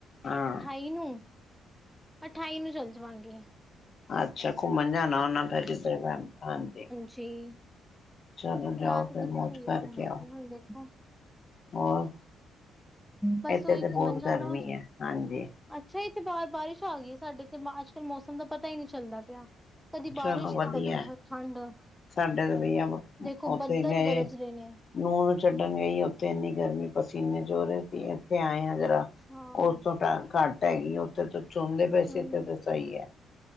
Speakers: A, on the left; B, in the centre.
A: ਹਾਂ।
B: ਅਠਾਈ ਨੂੰ ਅਠਾਈ ਨੂੰ ਚੱਲ ਜਾਵਾਂਗੀ
A: ਅੱਛਾ ਘੁੰਮਣ ਜਾਣਾ ਹੋਨਾ ਫੇਰ <unintelligible> ਹਾਂਜੀ।
B: ਜੀ ਸਲਾਹ
A: ਚਲੋ ਜਾਓ
B: ਤੇ
A: ਫਿਰ
B: ਕੀਤੀ
A: ਮੌਜ
B: ਹੋਈ ਹੈ
A: ਕਰਕੇ
B: ਘੁੰਮਣ
A: ਆਓ
B: ਲਈ ਹੁਣ ਦੇਖੋ
A: ਹੋਰ
B: ਬਸ
A: ਇੱਥੇ
B: ਓਹੀ
A: ਤੇ
B: ਘੁੰਮਣ
A: ਬਹੁਤ
B: ਜਾਣਾ
A: ਗਰਮੀ ਹੈ ਹਾਂਜੀ
B: ਅੱਛਾ ਇੱਥੇ ਬਾਹਰ ਬਾਰਿਸ਼ ਆ ਗਈ ਹੈ ਸਾਡੇ ਇਥੇ ਅੱਜ ਕੱਲ ਮੌਸਮ ਦਾ ਪਤਾ ਹੀ ਨਹੀਂ ਚੱਲਦਾ ਪਿਆ ਕਦੀ
A: ਚਲੋ
B: ਬਾਰਿਸ਼
A: ਵਧੀਆ
B: ਤੇ ਕਦੀ ਠੰਡ
A: ਸਾਡੇ ਤੇ ਵੀਈ ਆ
B: ਦੇਖੋ
A: ਉੱਥੇ
B: ਬੱਦਲ
A: ਗਏ
B: ਗਰਜ ਰਹੇ ਨੇ।
A: ਨੂਹ ਛੱਡਣ ਗਈ ਉੱਥੇ ਇੰਨੀ ਗਰਮੀ ਪਸੀਨੇ ਚੋ ਰਹੇ ਸੀ ਇੱਥੇ ਆਏ ਹ ਜਰਾ
B: ਅੱਛਾ ਹਮ
A: ਉਸ ਤੋਂ ਟੈਮ ਘੱਟ ਹੈਗੀ ਉੱਥੇ ਤ ਚੋਂਦੇ ਵੈਸੇ
B: ਹਮ
A: ਤਾਂ ਤਾਂ ਸਹੀ ਹੈ